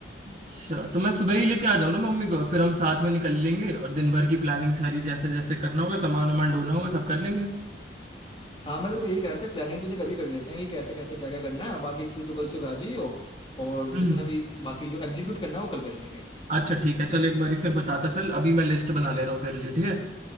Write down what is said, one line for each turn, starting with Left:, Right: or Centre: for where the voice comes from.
Right: अच्छा तो मैं सुबह ही लेके आ जाऊँ ना मम्मी को फिर हम साथ में निकल लेंगे और दिन भर की प्लानिंग सारी जैसे जैसे करना होगा सामान वामान ढोना होगा सब कर लेंगे
Left: हाँ मैं तेरे को यही कह रहा था प्लानिंग तो देख अभी कर लेते हैं कि कैसे कैसे क्या क्या करना है बाकी फिर तू कल सुबह आ जियो और
Right: हम्म
Left: जितना भी बाकी जो एग्जीक्यूट करना है वो कल कर लेंगे
Right: अच्छा ठीक है चल एक बारी फिर बताता चल अभी मैं लिस्ट बना ले रहा हूँ तेरे लिए ठीक है